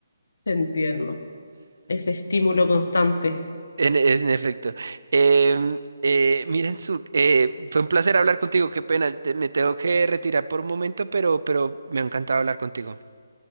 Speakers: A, on the left; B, on the right.
A: Te entiendo. Ese estímulo constante.
B: En, en efecto. Em, eh, miren, su, eh, fue un placer hablar contigo. Qué pena, te- me tengo que retirar por un momento, pero, pero me ha encantado hablar contigo.